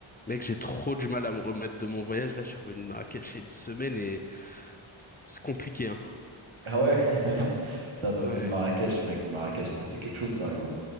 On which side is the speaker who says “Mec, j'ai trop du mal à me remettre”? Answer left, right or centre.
Left